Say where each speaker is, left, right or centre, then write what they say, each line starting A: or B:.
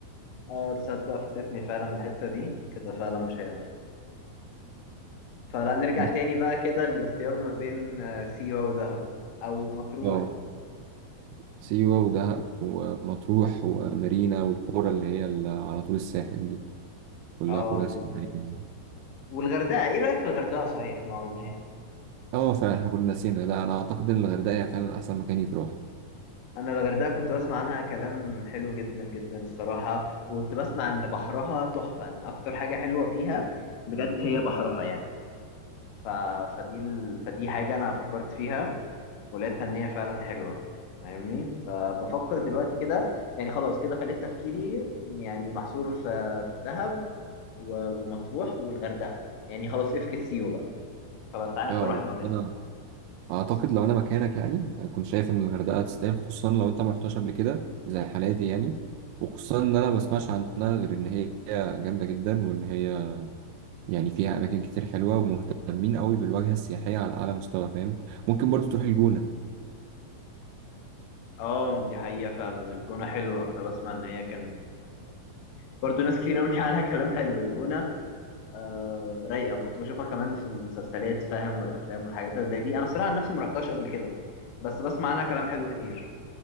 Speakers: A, on the left; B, on the right.
A: اه تصدق فاتتني فعلا الحته دي كده فعلا مش هينفع فلا نرجع
B: بس
A: تاني بقى كده للاختيار ما بين آه، سيوه ودهب او مطروح
B: اه سيوة ودهب ومطروح ومارينا والقرى اللي هي ال- على طول الساحل دي كلها
A: اه
B: قرى
A: بالظبط
B: سياحية يعني.
A: والغردقه ايه رايك في الغردقه صحيح ما قلناهاش
B: اه فعلا احنا كنا نسينا لا انا اعتقد ان الغردقة هي فعلا احسن مكان يتروح
A: انا الغردقه كنت بسمع عنها كلام حلو جدا جدا الصراحه وكنت بسمع ان بحرها تحفه ان اكتر حاجه حلوه فيها بجد هي بحرها يعني ف... فدي ال... فدي حاجه انا فكرت فيها ولقيتها ان هي فعلا حلوه فاهمني فبفكر دلوقتي كده يعني خلاص كده خليت تفكيري يعني محصور في في دهب و- ومطروح والغردقه يعني خلاص افكس سيو بقى خلاص تعالى
B: اه
A: نختار واحد ما بينهم
B: انا اعتقد لو انا مكانك يعني هكون شايف ان الغردقة تستاهل خصوصا لو انت ما رحتهاش قبل كده زي حالاتي يعني وخصوصا ان انا ما بسمعش عنها غير ان هي جامدة جدا وان هي يعني فيها اماكن كتير حلوة ومهتمين قوي بالواجهة السياحية على اعلى مستوى فاهم ممكن برضو تروح الجونة
A: اه دي حقيقة فعلا الجونة حلوة أنا بسمع إن هي كانت برضو ناس كتير قوي <laughs> عنها كلام حلو الجونة آه رايقة وكنت بشوفها كمان في المسلسلات فاهم والأفلام والحاجات اللي زي دي أنا الصراحة عن نفسي ما رحتهاش قبل كده بس بسمع عنها كلام حلو كتير